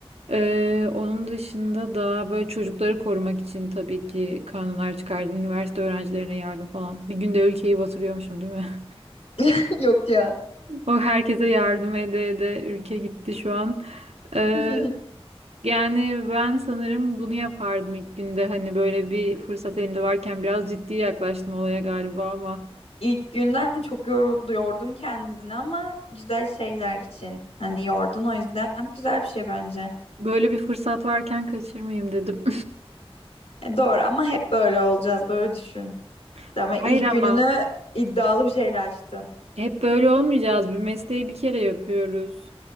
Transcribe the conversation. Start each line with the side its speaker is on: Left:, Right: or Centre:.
Right: Ee, onun dışında da böyle çocukları korumak için tabii ki kanunlar çıkardım. Üniversite öğrencilerine yardım falan. Bir günde ülkeyi batırıyormuşum değil mi? <laughs>
Left: <laughs> Yok ya.
Right: O herkese yardım ede ede ülke gitti şu an.
Left: <laughs>
Right: Ee, yani ben sanırım bunu yapardım ilk günde. Hani böyle bir fırsat elimde varken biraz ciddi yaklaştım olaya galiba ama
Left: İlk günden çok yoruldu, yordun kendini ama güzel şeyler için. Hani yordun o yüzden güzel bir şey bence.
Right: böyle bir fırsat varken kaçırmayayım dedim.
Left: E, doğru ama hep böyle olacağız, böyle düşün.
Right: <laughs>
Left: Ama ilk
Right: Hayır ama.
Left: gününü iddialı bir şeyle açtın.
Right: Hep böyle olmayacağız. Bir mesleği bir kere yapıyoruz.